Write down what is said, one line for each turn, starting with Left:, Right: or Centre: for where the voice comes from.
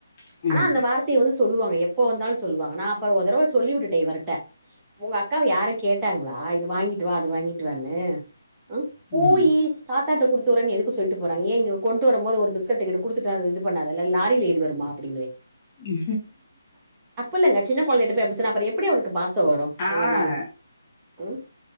Left: ம்
Right: ஆனா அந்த வார்த்தைய வந்து சொ சொல்லுவாங்க எப்ப வந்தாலும் சொல்லுவாங்க நான் அப்பறம் ஒரு தடவை சொல்லி விட்டேன் இவரு கிட்ட உங்க அக்காவ யாரும் கேட்டாங்களா ஆ இது வாங்கிட்டு வா அது வாங்கிட்டு வான்னு அ போய்
Left: ம்
Right: தாத்தாட்ட குடுத் போறேன்னு எதுக்கு சொல்லிட்டு போறாங்க ஏன் கொண்ட்டு வரும்போது ஒரு பிஸ்கட் குடுத்துட்டு அது இது பண்ணாதுல்ல லாரில ஏறி வருமா அப்படின்னேன்
Left: உ
Right: இல்லங்க சின்ன கொழந்தை கிட்ட அப்படி சொன்னா அவளுக்கு எப்படி பா சமா வரும்
Left: ஆ
Right: உங்க மேல ம்